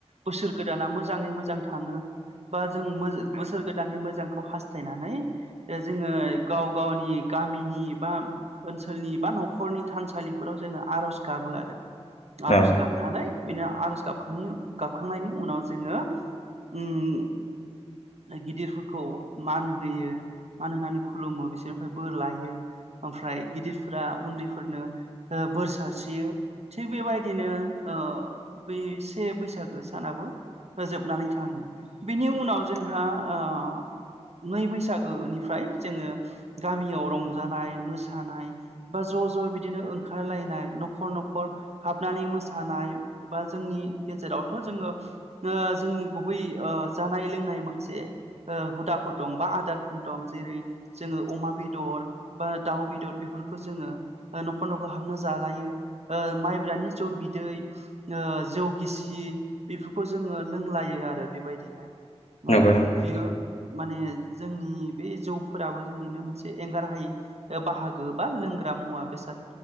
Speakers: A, on the right; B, on the left.
A: बोसोर गोदाना मोजाङै मोजां थाङो बा जों मो बोसोर। गोदाननि मोजांखौ हास्थायनानै जोङो गाव गावनि गामिनि बा ओनसोलनि बा न'खरनि थानसालिफोराव जोङो आर'ज गाबो आरो। आर'ज
B: औ
A: गाबनानै बिनो आर'ज गाबखांनि गाबखांनायनि उनाव जोङो उम गिदिरफोरखौ मान होयो मान होनानै खुलुमो बिसोरनिफ्राय बोर लायो ओमफ्राय गिदिरफोरा उन्दैफोरनो ओ बोर सारस्रियो थिग बेबायदिनो ओ बै से बैसागो सानाबो जोबनानै थाङो। बेनि उनाव जोंहा ओ नै बैसागो निफ्राय जोङो गामियाव रंजानाय मोसानाय बा ज ज बिदिनो ओंखारलायनाय न'खर न'खर हाबनानै मोसानाय बा जोंनि गेजेरावथ' जोङो ओ जोंनि गुबै ओ जानाय लोंनाय माखासे ओ हुदाफोर दं बा आदारफोर दं जेरै जोङो अमा बेदर बा दाउ बेदर बेफोरखौ जोङो न'खर न'खर हाबनो जालायो। ओ माइब्रानि जौ बिदै ओ जौ गिसि बेफोरखौ जोङो लोंलायो आरो बेबायदिनो। माने
B: नंगौ नंगौ
A: बियो माने जोंनि बे जौफोराबो जोंनिनो मोनसे एंगार हायै बाहागो बा लोंग्रा मुवा बेसाद